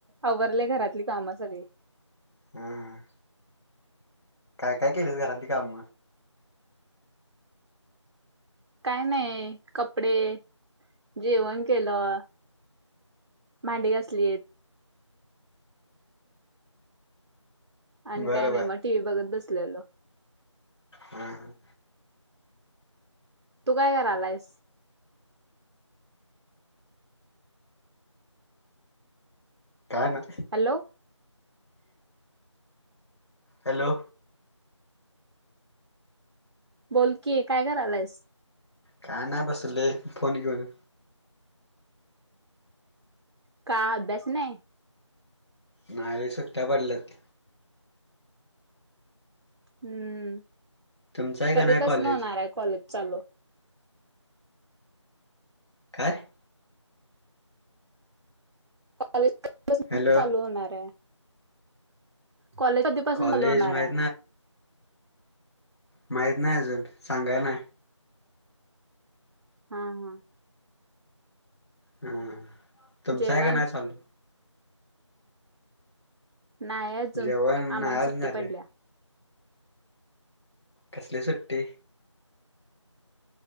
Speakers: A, on the right; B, on the left.
A: आवरले घरातली काम सगळी.
B: हम्म! काय काय केलेस घरातली काम.
A: काय नाही कपडे, जेवण केलं. भांडी घासलीत. आणि
B: बरं
A: काय नाही
B: बर
A: मग टी व्ही बघत बसलेलो.
B: हम्म हम्म!
A: तू काय कर आलायस?
B: काय ना
A: हॅलो
B: हॅलो!
A: बोलकी काय करायलास.
B: का नाही बसले फोन बघत.
A: का अभ्यास नाही
B: नावे सुट्ट्या पडल्यात
A: हम्म
B: तुमचं आहे
A: कधी
B: का नाही
A: बस
B: कॉलेज
A: न होणार आहे कॉलेज चालू
B: काय
A: कॉलेज
B: हॅलो
A: चालू होणार आहे कॉलेज आधीपासून
B: कॉलेज
A: चालू होणार
B: माहीत
A: आहे
B: माहत नाही अजून सांगाय ना
A: हा हा
B: हम तुमचं
A: जेवण
B: आहे का नाही चाललू
A: नाही अजून
B: जेवण
A: आम्हाला
B: नाही आज
A: सुट्टी
B: झालंय
A: पडल्या
B: कसली सुट्टी